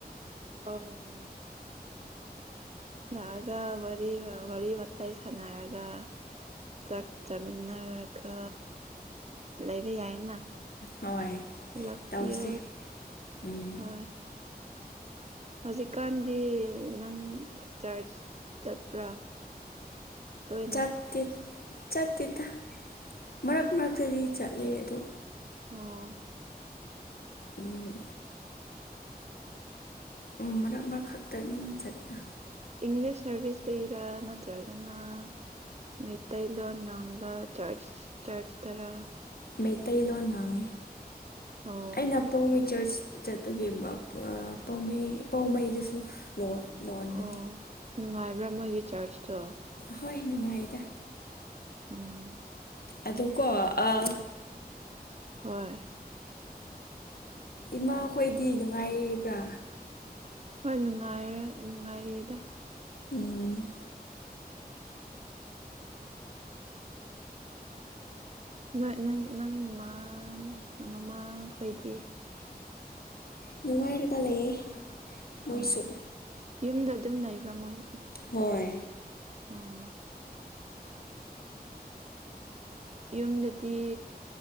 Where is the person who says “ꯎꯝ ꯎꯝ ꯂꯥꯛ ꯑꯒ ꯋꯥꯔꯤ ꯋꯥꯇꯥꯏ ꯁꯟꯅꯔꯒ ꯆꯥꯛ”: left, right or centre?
Right